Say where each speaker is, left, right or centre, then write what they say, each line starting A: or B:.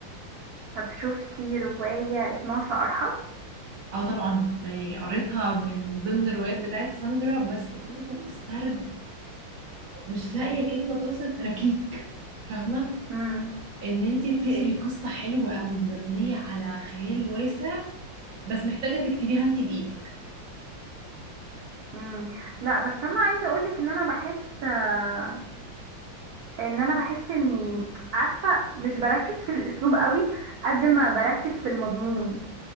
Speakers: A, on the right; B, on the right.
A: طب شفتي رواية اسمها سأرحل
B: اه طبعا ما هي قريتها من ضمن الروايات بتاعت ساندرا بس برضو السرد مش لاقيه كلمه توصف ركيك فاهمه
A: امم
B: ان انت بتقري قصه حلوه قوي مبنيه على خيال واسع بس محتاجه تكتبيها انت بايدك
A: امم لا بس انا عايزة اقولك ان انا بحس آه، ان انا بحس اني عارفة مش بركز في الاسلوب قوي قد ما بركز في المضمون